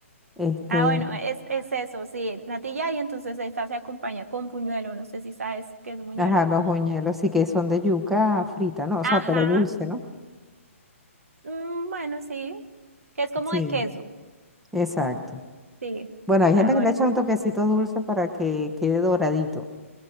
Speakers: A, in the centre; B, on the right (about 75°).
A: Este,
B: ah, bueno, es, es eso, sí, natilla y entonces esta se acompaña con buñuelo, no sé si sabes qué es buñuelo.
A: ajá, los buñuelos sí que son de yuca frita, ¿no? O
B: Ajá,
A: sea, pero dulce, ¿no?
B: mm, bueno, sí, que es como
A: Sí.
B: de queso,
A: Exacto.
B: sí.
A: Bueno, hay
B: Ah,
A: gente que
B: bueno,
A: le echa un toquecito dulce para que quede doradito.